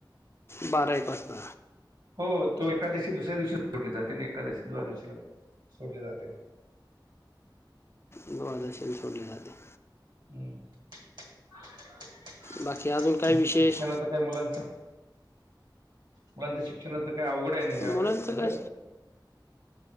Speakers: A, on the left; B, on the right.
A: बारा एक वाजता
B: हो तो एकादशी दुसऱ्या दिवशीच सोडली जाते. नाय का एकादशी दुवादशीला सोडले जाते.
A: दुवादशीला सोडली जाते.
B: हम् <unintelligible>
A: बाकी अजून काय विशेष
B: शिक्षणाचा काय मुलांच मुलांच शिक्षणाच काय अवघडच हाय ना
A: मुलांचं
B: यावेेळेस सगळं
A: काय